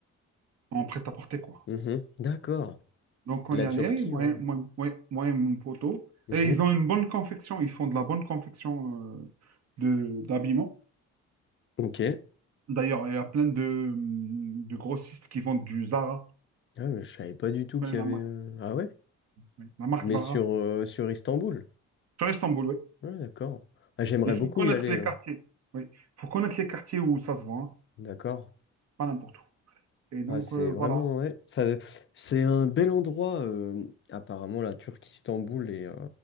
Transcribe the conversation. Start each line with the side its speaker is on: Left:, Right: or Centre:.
Right: en prêt-à-porter, quoi.
Left: Mhm. D'accord.
Right: Donc, on
Left: La
Right: y allait,
Left: Turquie,
Right: moi,
Left: ouais.
Right: et- moi, moi, moi et mon poteau.
Left: Mhm.
Right: Et ils ont une bonne confection, ils font de la bonne confection euh, de d'habillement.
Left: Ok.
Right: D'ailleurs, il y a plein de, de grossistes qui vendent du Zara.
Left: Ah, mais je savais pas du
Right: Tu
Left: tout
Right: connais
Left: qu'il
Right: la
Left: y avait.
Right: marque,
Left: euh, Ah ouais?
Right: oui, la marque
Left: Mais
Right: Zara.
Left: sur, euh, sur Istanbul.
Right: Sur Istanbul, oui.
Left: Ah, d'accord. Ah, j'aimerais
Right: Il faut
Left: beaucoup
Right: connaître
Left: y aller.
Right: les
Left: hein.
Right: quartiers. Oui, il faut connaître les quartiers où ça se vend, hein.
Left: D'accord.
Right: Pas n'importe où. Et donc,
Left: Ah, c'est
Right: euh,
Left: vraiment.
Right: voilà.
Left: Ouais. Ça, c'est un bel endroit, euh, apparemment, la Turquie, Istanbul. Et euh,